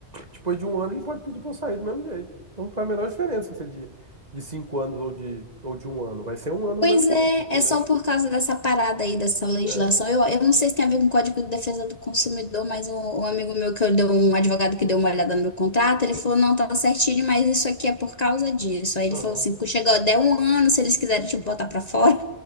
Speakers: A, on the right; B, on the left.
A: depois de um ano ele pode pedir pra eu sair do mesmo jeito. Então não faz a menor diferença se é de, de cinco anos ou de, ou de um ano. Vai ser um ano
B: Pois
A: do mesmo
B: é,
A: jeito, entendeu?
B: é só por causa dessa parada aí, dessa legislação.
A: É,
B: Eu, eu não sei se tem a ver com o Código de Defesa do Consumidor, mas um, um amigo meu que eu deu, um advogado que deu uma olhada no meu contrato, ele falou, não, tá certinho, mas isso aqui é por causa disso. Aí ele
A: aham.
B: falou assim, quando chegar, der um ano, se eles quiserem te botar pra fora,